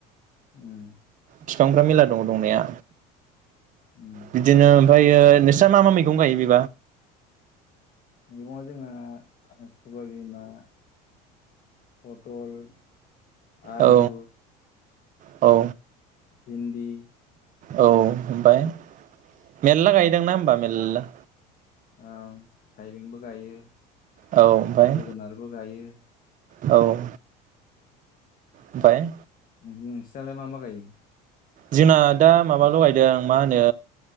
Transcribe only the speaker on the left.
ओम
उम
मेगङा जोंहा आरो सबाय बिमा पटल आलु
भिन्दी
ओं थाइबेंबो गायो
जोगोनारबो गायो
नों-नोंसिनालाय मा मा गायो